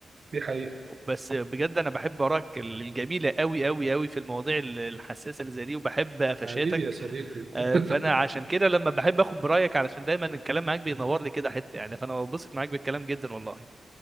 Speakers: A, on the right; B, on the right.
A: دي حقيقة
B: بس بجد انا بحب اراك الجميله قوي قوي قوي في المواضيع ال- الحساسه اللي زي دي وبحب قفشاتك
A: حبيبي يا صديقي <laughs>
B: آه، فانا عشان كده لما بحب اخد برايك علشان دايما الكلام معاك بينور لي كده حته يعني فانا ببسط معاك بالكلام جدا والله